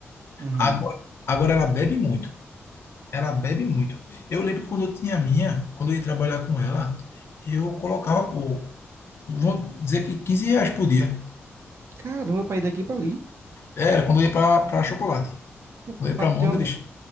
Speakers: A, on the right; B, on the left.
A: Uhum.
B: Agora, agora ela bebe muito. Ela bebe muito. Eu lembro que quando eu tinha a minha, quando eu ia trabalhar com ela, eu colocava por, vamos dizer que 15 reais por dia.
A: Caramba, pra ir daqui pra ali.
B: Era quando eu ia para chocolate.
A: Pra, pra
B: Quando eu ia para
A: tu
B: Mondres,
A: ter uma,